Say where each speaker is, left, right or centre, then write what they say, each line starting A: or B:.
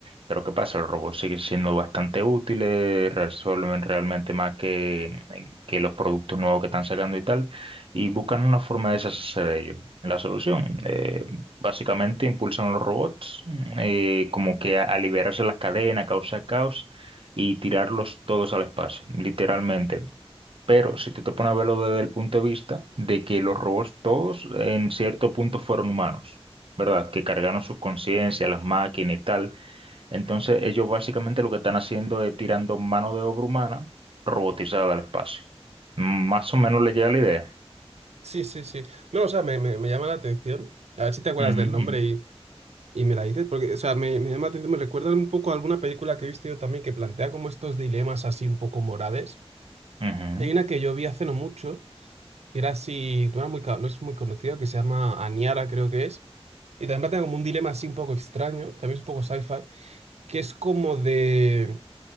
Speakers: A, on the right; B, on the right.
A: Pero ¿qué pasa? Los robots siguen siendo bastante útiles, resuelven realmente más que, eh, que los productos nuevos que están sacando y tal, y buscan una forma de deshacerse de ellos. La solución, eh, básicamente impulsan a los robots mm, eh, como que a, a liberarse las cadenas, causar caos y tirarlos todos al espacio, literalmente. Pero si tú te pones a verlo desde el punto de vista de que los robots todos en cierto punto fueron humanos, ¿verdad? Que cargaron sus conciencias, las máquinas y tal. Entonces ellos básicamente lo que están haciendo es tirando mano de obra humana robotizada al espacio. Más o menos le llega la idea.
B: Sí, sí, sí. No, o sea, me, me, me llama la atención. A ver si te acuerdas
A: Ujú,
B: del nombre y, y me la dices, porque, o sea, me, me llama la atención, me recuerda un poco a alguna película que he visto yo también que plantea como estos dilemas así un poco morales.
A: ujú,
B: Hay
A: ujú,
B: una que yo vi hace no mucho, era así, no era muy, ca- no es muy conocido, que se llama Aniara, creo que es. Y también plantea como un dilema así un poco extraño, también es un poco sci-fi, que es como de,